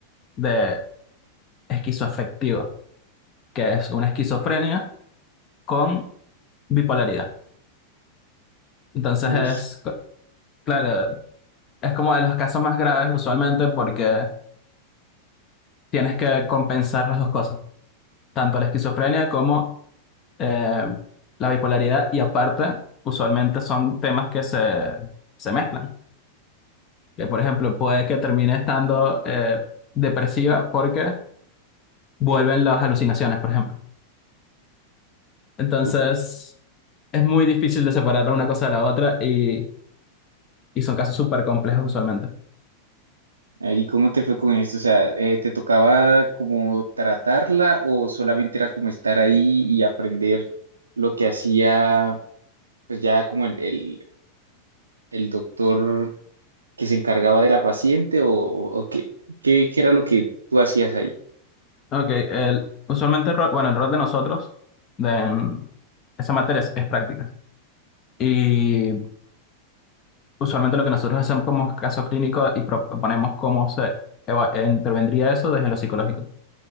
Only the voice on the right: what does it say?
uy,
ok.
A ver, ¿y cómo te fue con esto? O sea, eh, ¿te tocaba como tratarla o solamente era como estar ahí y aprender lo que hacía, pues ya como el, el, el doctor que se encargaba de la paciente o, o o qué, qué, qué era lo que tú hacías ahí?